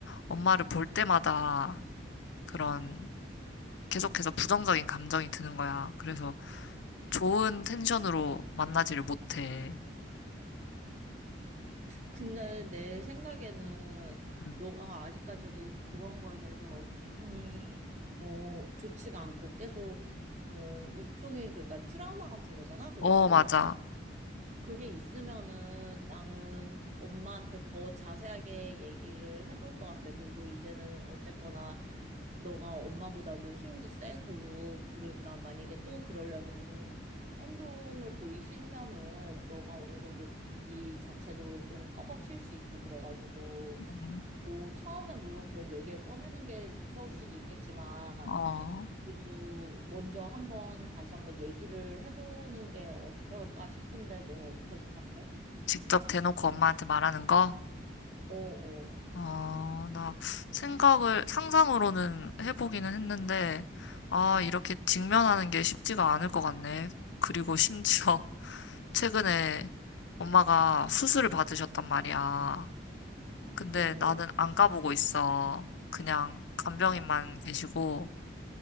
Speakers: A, on the left (about 75°); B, on the right (about 40°).
A: 엄마를 볼 때마다 그런 계속해서 부정적인 감정이 드는 거야. 그래서 좋은 텐션으로 만나지를 못해.
B: 근데 내 생각에는
A: 음.
B: 너가 아직까지도 그런 거에 대해서 기분이 뭐 좋지가 않고 계속 뭐 일종의 그러니까 트라우마 같은 거잖아, 그것도.
A: 어, 맞아.
B: 그게 있으면은 나는 엄마한테 더 자세하게 얘기를 해볼 것 같아. 그리고 이제는 어쨌거나 너가 엄마보다도 힘도 세고, 그러니까 만약에 또 그러려는 행동을 보이시면은 너가 어느 정도 네 자체도 좀 커버 칠 수 있고 그래가지고
A: 음.
B: 뭐 처음에 물론 그런 얘기를 꺼내는 게 무서울 수도 있겠지만
A: 어,
B: 그래도 먼저 한번 다시 한번 얘기를 해보는 게 어떨까 싶은데 너는 어떻게 생각해?
A: 직접 대놓고 엄마한테 말하는 거?
B: 어어 어,
A: 어, 나 생각을, 상상으로는 해보기는 했는데, 아,
B: 음.
A: 이렇게 직면하는 게 쉽지가 않을 것 같네. 그리고 심지어, 최근에 엄마가 수술을 받으셨단 말이야. 근데
B: 어,
A: 나는 안 가보고 있어. 그냥 간병인만 계시고